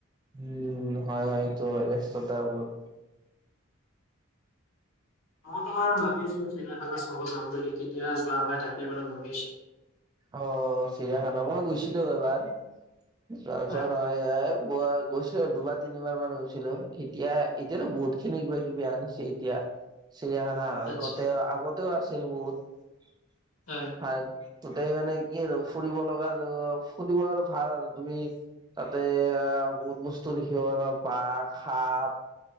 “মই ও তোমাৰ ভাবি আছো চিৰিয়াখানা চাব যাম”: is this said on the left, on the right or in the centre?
Left